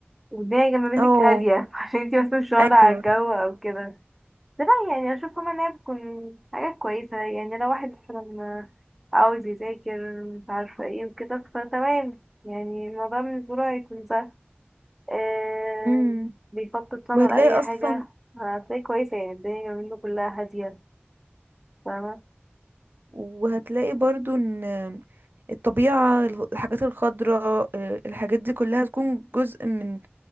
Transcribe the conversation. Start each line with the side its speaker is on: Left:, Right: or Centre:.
Centre: والدنيا جنب منك
Right: اه
Centre: هادية <laughs> عشان انتي بس مش واخدة
Right: ايوه
Centre: على الجو او كده بس لا يعني أشوف كمان إنها بتكون حاجة كويسة يعني لو واحد مثلا عاوز يذاكر مش عارفة ايه وكده فتمام يعني الموضوع بالنسبة له هيكون سهل آه
Right: امم
Centre: بيخطط طبعا
Right: وهتلاقي
Centre: لأي
Right: اصلا
Centre: حاجة هتلاقي كويسة يعني الدنيا جنب منه كلها هادية فاهمة
Right: وهتلاقي برضو ان الطبيعة الحاجات الخضراء آه، الحاجات دي كلها تكون جزء من